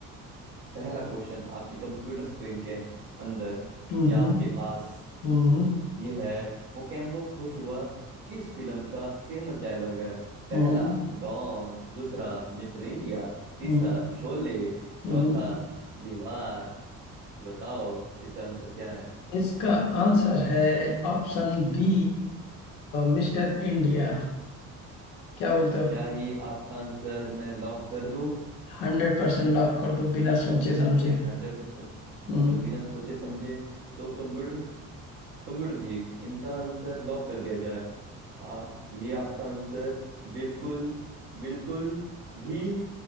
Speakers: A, on the right (about 85°); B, on the left (about 70°).
A: पहला क्वेश्चन आपकी कंप्यूटर स्क्रीन के अंदर
B: हम्म
A: या आपके
B: हम्म
A: पास
B: हम्म
A: ये है मोकेम्बो खुश हुआ किस फिल्म का फेमस डायलॉग है पहला
B: हम्म
A: डॉन दूसरा मिस्टर इंडिया तीसरा
B: हम्म हम्म,
A: शोले
B: हम्म।
A: चौथा दीवार बताओ इसका आंसर क्या है
B: इसका आंसर है ऑप्शन बी मिस्टर इंडिया क्या बोलते हो
A: क्या ये आपका आंसर मैं लॉक कर दूं
B: हंड्रेड परसेंट लॉक कर दो बिना सोचे समझे
A: हंड्रेड परसेंट
B: हम्म
A: मतलब बिना सोचे समझे तो कंप्यूटर कंप्यूटर जी इनका आंसर लॉक कर दिया जाए आ, ये आपका आंसर बिल्कुल बिल्कुल भी